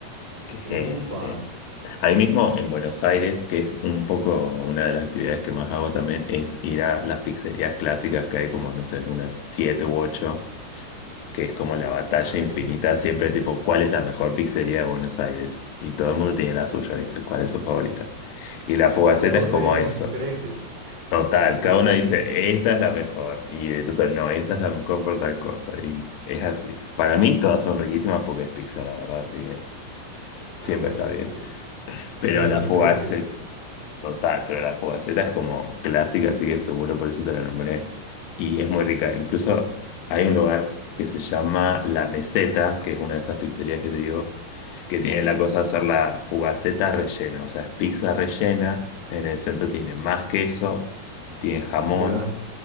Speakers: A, on the left (about 90°); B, on the right (about 30°).
A: que
B: Upa.
A: ahí mismo en Buenos Aires, que es un poco una de las actividades que más hago también, es ir a las pizzerías clásicas que hay como, no sé, unas siete u ocho, que es como la batalla
B: Ah, ya.
A: infinita, siempre tipo, ¿cuál es la mejor pizzería de Buenos Aires? Y todo el mundo tiene la suya, ¿viste? ¿Cuál es su favorita? Y la fugaceta
B: Ah, todos
A: es como
B: te dicen
A: eso.
B: diferentes. <laughs>
A: Total,
B: Todos
A: cada uno
B: te dicen
A: dice,
B: diferentes.
A: esta es la mejor, y el otro, no, esta es la mejor por tal cosa, y es así. Para mí todas son riquísimas porque es pizza, la verdad, así que siempre
B: Ah, bueno,
A: está bien.
B: sí. Y
A: Pero
B: todos
A: la
B: son diferentes,
A: Fogaceta,
B: así.
A: total, pero la Fogaceta es como clásica, así que seguro por eso te la nombré. Y es muy rica. Incluso hay un lugar que se llama La Meseta, que es una de estas pizzerías que te digo, que tiene la cosa de hacer la Fogaceta rellena. O sea, es pizza rellena. En el centro tiene más queso, tiene jamón,
B: Ya.